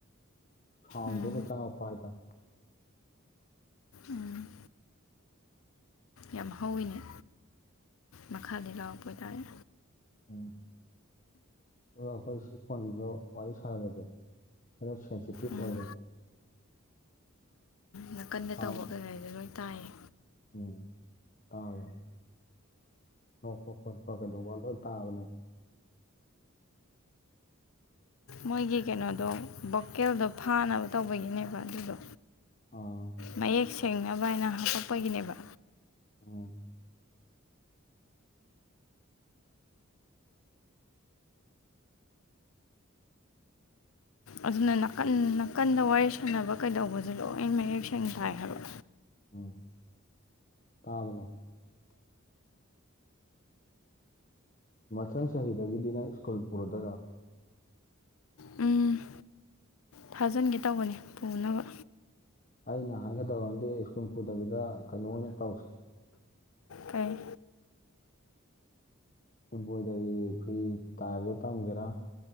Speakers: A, on the left (about 40°); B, on the left (about 80°).
A: ꯍꯥꯎꯗꯣꯂꯣ
B: ꯎꯝ
A: ꯆꯪꯉ ꯄ ꯍꯥꯏ ꯇꯅꯤ
B: ꯎꯝ ꯌꯥꯝ ꯍꯧꯋꯤꯅꯦ ꯃꯈꯥꯗꯤ ꯂꯥꯎꯔꯛꯄꯇꯥꯔꯦ
A: ꯑꯣ ꯑꯗꯨꯒ ꯑꯩꯈꯣꯏ ꯁꯤ ꯐꯣꯟꯁꯤꯁꯨ ꯋꯥꯔꯤ ꯁꯥꯟꯅꯕꯁꯦ ꯈꯔ ꯁꯦꯟꯁꯤꯇꯤꯞ
B: ꯎꯝ
A: ꯑꯣꯏꯕꯅꯦ
B: ꯅꯥ ꯀꯟꯅ
A: ꯁꯥꯎꯟ
B: ꯇꯧꯕ ꯀꯩꯅꯣ ꯍꯥꯏꯗ ꯂꯣꯏ ꯇꯥꯏꯌꯦ
A: ꯎꯝ ꯇꯥꯎ ꯅꯣꯛꯄ ꯈꯣꯠꯄ ꯀꯩꯗꯧꯕ ꯂꯣꯏ ꯇꯥꯕꯅꯦꯕ
B: ꯃꯣꯏꯒꯤ ꯀꯩꯅꯣꯗꯣ ꯚꯣꯀꯦꯜꯗꯣ ꯐꯥꯅꯕ ꯇꯧꯕꯒꯤꯅꯦꯕ ꯑꯗꯨꯗꯣ
A: ꯑꯥ
B: ꯃꯌꯦꯛ ꯁꯦꯡꯅꯕ ꯍꯥꯏꯅ ꯍꯥꯇꯣꯛꯄꯒꯤꯅꯦꯕ
A: ꯑꯣ
B: ꯑꯗꯨꯅ ꯅꯥꯀꯟ ꯅꯥꯀꯟꯗ ꯋꯥꯔꯤ ꯁꯥꯟꯅꯕ ꯀꯩꯗꯧꯕꯁꯦ ꯂꯣꯏ ꯃꯌꯦꯛ ꯁꯦꯡꯅ ꯇꯥꯏ ꯍꯥꯏꯕ
A: ꯎꯝ ꯇꯥꯕꯅꯦ ꯃꯊꯪ ꯆꯍꯤꯗꯒꯤꯗꯤ ꯅꯪ ꯁ꯭ꯀꯨꯜ ꯄꯨꯔꯗꯣꯏꯔꯣ
B: ꯑꯝ ꯊꯥꯖꯤꯟꯒꯦ ꯇꯧꯕꯅꯤ ꯄꯨꯅꯕ
A: ꯑꯩꯅ ꯍꯥꯏꯒꯗꯕ ꯑꯝꯗꯤ ꯁ꯭ꯀꯨꯜ ꯄꯨꯗꯕꯤꯗ ꯀꯩꯅꯣ ꯑꯣꯏꯅ ꯇꯧꯁꯤ
B: ꯀꯥꯏ
A: ꯏꯝꯕ꯭ꯔꯣꯏꯗꯔꯤ ꯐ꯭ꯔꯤ ꯇꯥꯏꯕ ꯇꯝꯒꯦꯔꯥ